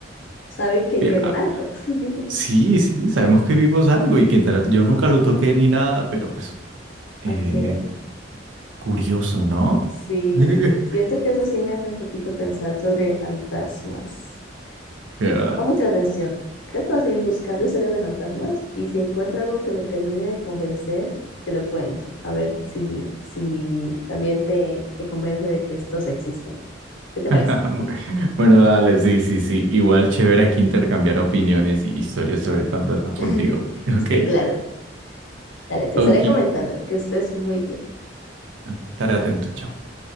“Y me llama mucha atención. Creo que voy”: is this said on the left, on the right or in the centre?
Left